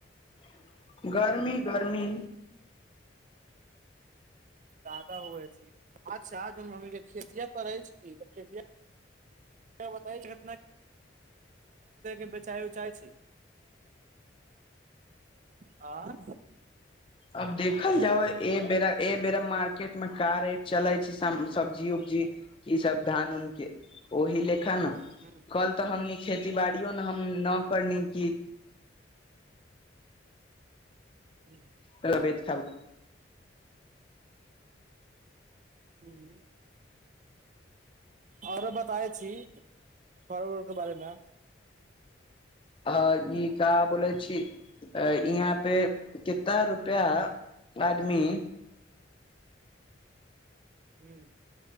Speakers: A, on the left; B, on the right.
A: <unintelligible> गर्मी गर्मी
B: जादा हुए छै अच्छा, हमी खेतिया करै छी तऽ खे। <unintelligible> उ के बेचााय उचा छी <unintelligible> आँ?
A: अब देखल जाउ ए बेरा मार मार्केटमे कार रेट चले छै, सब्जी उब्जी ई सभ धान उनके ओहि लेख न।
B: हू।
A: कल तऽ हमनी खेती बाड़ियो मे हम न करनी कि।
B: ह।
A: तबियात खराब।
B: हूँ। आ ओरो बताै छी फरवर्डके बारेमे
A: हँ, ई कऽ बोलै छी? अ, यहाँ पे कितना रुपआ आदमी?
B: हू।